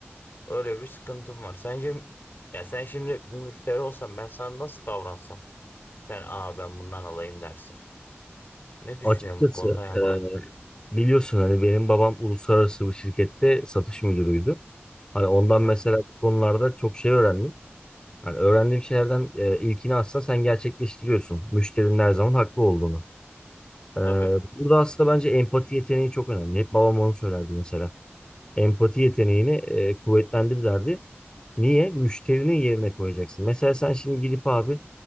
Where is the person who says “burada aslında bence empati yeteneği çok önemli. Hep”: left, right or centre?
Left